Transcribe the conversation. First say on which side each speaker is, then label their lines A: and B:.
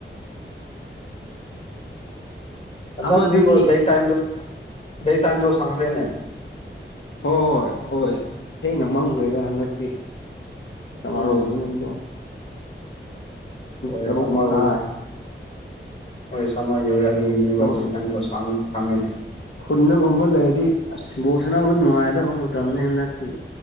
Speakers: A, on the left (about 30°); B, on the left (about 70°).
A: ꯍꯟꯗꯛꯇꯗꯤꯀꯣ
B: ꯑꯃꯗꯨꯗꯤ
A: ꯗꯩ ꯇꯥꯏꯝꯗꯣ ꯗꯩ ꯇꯥꯏꯝꯗꯣ ꯁꯪꯈ꯭ꯔꯦꯅꯦ
B: ꯍꯣꯏ ꯍꯣꯏ ꯍꯣꯏ ꯊꯦꯡꯅ ꯃꯝꯈ꯭ꯔꯦꯗ ꯍꯟꯗꯛꯇꯤ ꯁꯃꯔ
A: ꯎꯝ
B: ꯑꯣꯏꯕꯅꯤꯀꯣ
A: ꯍꯣꯏ
B: ꯇꯔꯨꯛ
A: ꯁꯃ
B: ꯃꯈꯥꯏ
A: ꯑꯣꯏ ꯍꯣꯏꯝꯃ ꯌꯧꯔꯦ ꯑꯗꯨꯒꯤꯅꯦ
B: ꯍꯣꯏ
A: ꯑꯗꯨꯇꯪꯗ ꯁꯥꯡꯉꯩꯅꯦ
B: ꯈꯨꯟꯗꯒꯨꯝꯕ ꯂꯩꯔꯗꯤ ꯑꯁ ꯕꯣꯛꯁꯅꯕ ꯅꯨꯡꯉꯥꯏꯗꯕ ꯃꯇꯝꯅꯤ ꯍꯟꯗꯛꯇꯤ